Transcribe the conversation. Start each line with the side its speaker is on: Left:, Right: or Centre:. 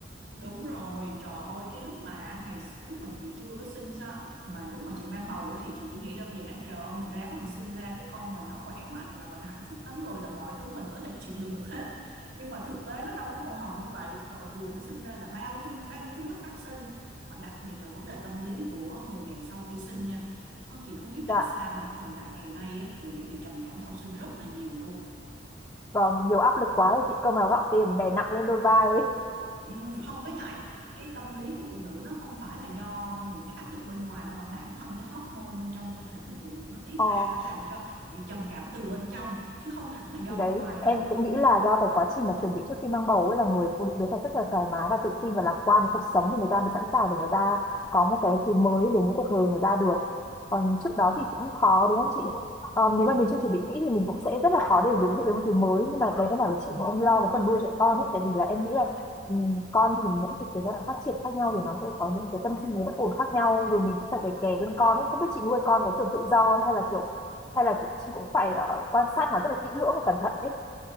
Right: Đúng rồi, trời ơi, cái lúc mà ngày lúc mà chị chưa có sinh sao mà lúc mà chị mang bầu á thì chị chỉ nghĩ đơn giản trời ơi mình ráng mình sinh ra đứa con mình nó khỏe mạnh là mình hạnh phúc lắm rồi là mọi thứ mình có thể chịu đựng được hết. Nhưng mà thực tế nó đâu có màu hồng như vậy. Rồi vừa mới sinh ra là bao thứ bao nhiêu thứ nó phát sinh mà đặc biệt là vấn đề tâm lý của người mẹ sau khi sinh nha. Thôi chị không biết tại
Left: Dạ,
Right: sao mà thời đại ngày nay á, phụ nữ bị trầm cảm sau sinh rất là nhiều luôn.
Left: vâng, nhiều áp lực quá rồi chị cơm áo gạo tiền đè nặng lên đôi vai ấy.
Right: Ừm, không với lại cái tâm lý của phụ nữ nó không phải là do những cái áp lực bên ngoài đâu mà bản thân cái hormone bên trong cơ thể người phụ nữ nó tiết
Left: Ồ,
Right: ra nó làm cho bị trầm cảm từ bên trong chứ không hẳn là do
Left: Thì
Right: bên
Left: đấy,
Right: ngoài đâu
Left: em cũng nghĩ là do cái quá trình mà chuẩn bị trước khi mang bầu ấy là người phụ nữ đấy phải rất là thoải mái và tự tin và lạc quan với cuộc sống thì người ta mới sẵn sàng để người ta có một cái thứ mới đến với cuộc đời người ta được. Còn trước đó thì cũng khó đúng không chị? Ờ, nếu
Right: Ừm.
Left: mà mình chưa chuẩn bị kỹ thì mình cũng sẽ rất là khó để đối diện với một thứ mới. Nhưng mà đấy em bảo với chị là em lo cái phần nuôi dạy con ấy, tại vì là em nghĩ là ừ, con thì những cái giai đoạn phát triển khác nhau thì nó sẽ có những cái tâm sinh lý bất ổn khác nhau rồi mình cũng phải kè kè bên con ấy. Không biết chị nuôi con có kiểu tự do không hay là kiểu hay là chị cũng phải ờ, quan sát nó rất là kỹ lưỡng và cẩn thận đấy